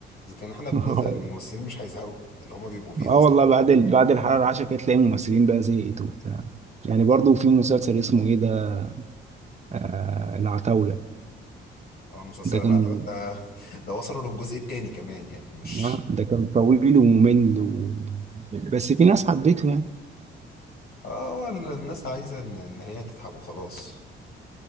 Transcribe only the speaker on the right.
<laughs>
اه
والله بعد ال... بعد الحلقة العشرة كده تلاقي الممثلين بقى زهقت وبتاع يعني برضو في مسلسل اسمه ايه ده آه العتاولة
ده كان
آه، ده كان طويل وممل و... بس في ناس حبيته يعني